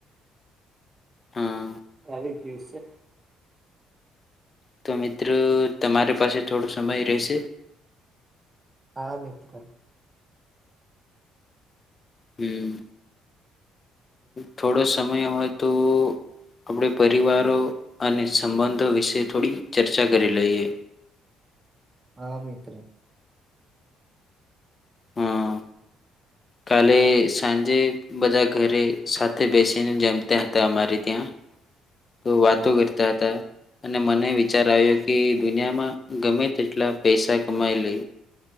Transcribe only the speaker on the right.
આવી ગયું છે
હા મિત્ર
હા મિત્ર
હા